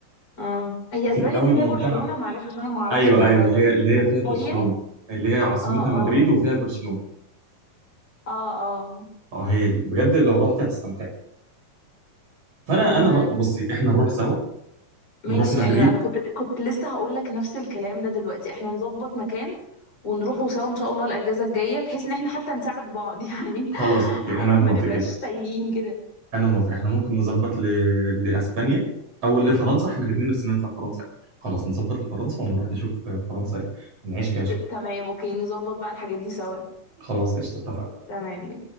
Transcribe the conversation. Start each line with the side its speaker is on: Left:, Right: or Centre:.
Left: اه هي
Right: كتير
Left: اسبانيا
Right: قوي
Left: دي اللي
Right: وممتعه
Left: هي برشلونة معلش عشان انا ما اعرفش
Right: ايوه
Left: الموضوع
Right: ايوه
Left: ده
Right: هي اللي هي فيها
Left: هي
Right: برشلونه اللي هي عاصمتها
Left: اه
Right: مدريد
Left: اه
Right: وفيها برشلونه
Left: اه اه
Right: اه هي دي بجد لو رحت هتستمتع فانا
Left: طب
Right: انا
Left: ما
Right: ر- بصي احنا نروح سوا
Left: ماشي
Right: نروح مدريد
Left: ايوه انا كنت كنت لسه هقول لك نفس الكلام ده دلوقتي احنا نظبط مكان ونروحوا سوا ان شاء الله الاجازة الجاية بحيث ان احنا حتى نساعد بعض <laughs> يعني
Right: خلاص اوكي
Left: عارف
Right: انا موافق
Left: ما نبقاش
Right: جدا
Left: تايهين كده
Right: انا موافق احنا ممكن نظبط ل... لاسبانيا او لفرنسا احنا الاثنين نفسنا نطلع فرنسا خلاص نظبط لفرنسا ونروح نشوف فرنسا نعيش فيها شويه
Left: ت- تمام اوكي نظبط بقى الحاجات دي سوا
Right: خلاص قشطه اتفقنا
Left: تمام